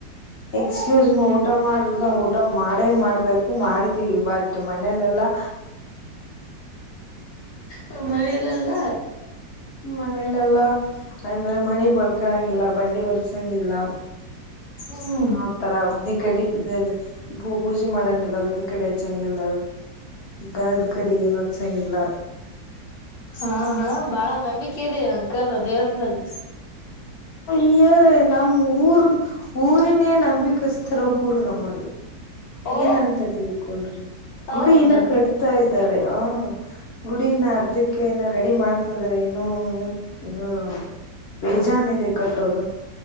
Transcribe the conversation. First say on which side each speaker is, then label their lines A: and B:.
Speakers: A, on the left (about 45°); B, on the left (about 75°).
A: ಎಕ್ಸ್ಕ್ಯೂಸ್ ಮೀ ಊಟ ಮಾಡ ಊಟ ಮಾಡೇ ಮಾಡ್ಬೇಕು ಮಾಡ ತಿ ಬಟ್ ಮನೆಲೆಲ್ಲಾ
B: ಹಾ ಮನೇಲೆಲ್ಲ
A: ಮನೇಲೆಲ್ಲ ಅಂದ್ರೆ ಮನೆ ಬಳ್ಕನಂಗಿಲ್ಲ ಬಂಡಿ ವರರ್ಸಂಗಿಲ್ಲ.
B: ಹು.
A: ಆ ತರ ಊದಿನ ಕಡ್ಡಿ <unintelligible> ಭೂ ಪೂಜೆ ಮಾಡಂಗಿಲ್ಲ ಊದಿನ ಕಡ್ಡಿ ಹಚ್ಚಂಗಿಲ್ಲ ಗಂಧದ ಕಡ್ಡಿ ಏನು ಸ <unintelligible> ಇಲ್ಲ.
B: ಹಾ ಹಾ ಬಾಳ ನಂಬಿಕೆ ಇದೆ ಅಂಗರ ದೇವ್ರ ಮೇಲೆ.
A: ಈ ನಮ್ಮ ಊರ್ ಊರಿನೇ ನಂಬಿಕಸ್ತರ ಊರು ನಮ್ಮದು.
B: ಓ
A: ಏನಂತ ತಿಳ್ಕೊಂಡ್ರಿ
B: ಹೌದಾ
A: ಗುಡಿ ಇನ್ನ ಕಟ್ಟತ ಇದಾರೆ ಅ. ಗುಡಿನ ಅರ್ಧಕ್ಕೆ ನ ರೆಡಿ ಮಾಡತ್ತಿದ್ದಾರೆ ಇನ್ನು ಇನ್ನು. ಬೇಜಾನ್ ಇದೆ ಕಟ್ಟೋದು.